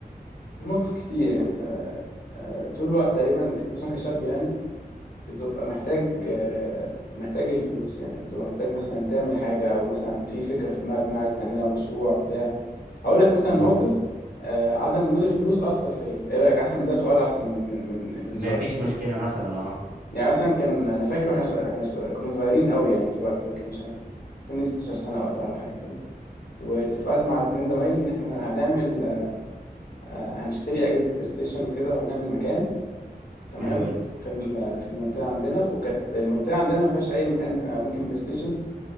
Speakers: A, on the left (about 75°); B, on the right (about 80°).
A: في مواقف كتير يعني انت آه طول الوقت تقريبا خصوصا كشاب يعني بتبقى محتاج آه محتاج الفلوس يعني بتبقى محتاج مثلا تعمل حاجة او مثلا في فكرة في دماغك ما عايز تعملها مشروع بتاع هقول لك مثلا
B: امم
A: موقف آه عدم وجود الفلوس اثر فيا ايه رايك احسن ده سؤال احسن من من من
B: ما
A: سؤال
B: فيش مشكله مثلا اه
A: يعني مثلا كان انا فاكر واحنا احنا كنا صغيرين قوي يعني في الوقت ده كان مش عارف سني 16 سنه وقتها او حاجه كده واتفقت مع اتنين زمايلي ان احنا هنعمل آه، هنشتري اجهزه بلاي ستيشن وكده وهنعمل مكان تمام
B: حلو جدا
A: في ال- في المنطقه عندنا وكانت المنطقه عندنا ما فيهاش اي مكان اماكن بلاي ستيشنز